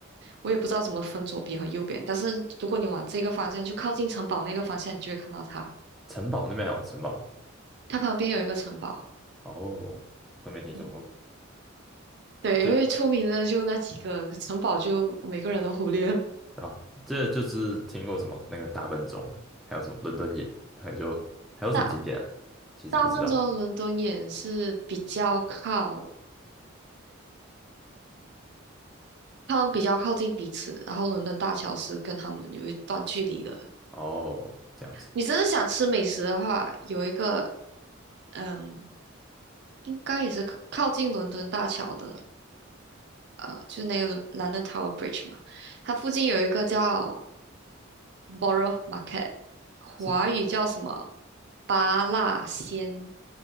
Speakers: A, on the right (about 55°); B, in the centre.
A: 我也不知道怎么分左边和右边，但是如果你往这个方向，就靠近城堡那个方向，你就会看到它。
B: 城堡那边还有城堡
A: 它旁边有一个城堡，
B: 哦，都没听说过，
A: 嗯，对，
B: 我就
A: 因为出名的就那几个城堡，就每个人都忽略了。
B: 啊，这就是听过什么那个大笨钟，还有什么伦敦眼，还有就还有什么景点啊？
A: 大
B: 其实不知道
A: 大部分中伦敦也是比较靠。他们比较靠近彼此，然后伦敦大桥是跟他们有一段距离的。
B: 哦，这样子
A: 你真的想吃美食的话，有一个嗯，应该也是靠靠近伦敦大桥的，呃，就是那个伦 London Tower Bridge 嘛，它附近有一个叫 Borough Market，华语叫什么
B: 是
A: 巴辣鲜